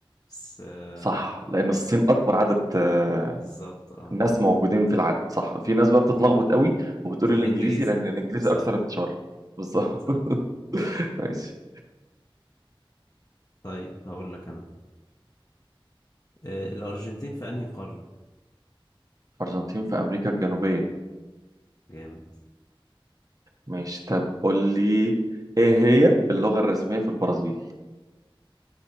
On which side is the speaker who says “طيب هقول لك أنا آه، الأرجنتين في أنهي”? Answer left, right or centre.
Left